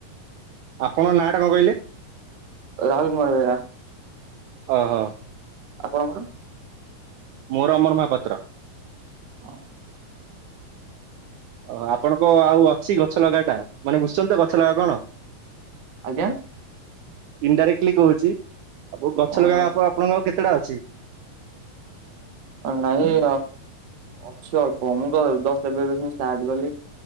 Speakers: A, on the right (about 75°); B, on the right (about 50°).
A: ଆପଣଙ୍କ ନାଁଟା କଣ କହିଲେ
B: ରାାଲ କୁମାର ବରା
A: ଓହୋ
B: ଆପଣଙ୍କର
A: ମୋର ଅମର ମହାପାତ୍ର
B: ହଁ
A: ଓ ଆପଣଙ୍କ ଆଉ ଅଛି ଗଛ ଲଗା ଟା ମାନେ ବୁଝୁଛନ୍ତି ତ ଗଛ ଲଗା କଣ
B: ଆଜ୍ଞା
A: ଇନଡାଇରେକ୍ଟଲି କହୁଛି ଆ ଗଛ
B: ଓହୋ
A: ଲଗା ଆପଣଙ୍କ ଆଉ କେତେଟା ଅଛି
B: ନାଇଁ ଅଛି ଅଳ୍ପ ମୁଁ ଦଶଟା ବ ପ ଷ୍ଟାର୍ଟ କଲି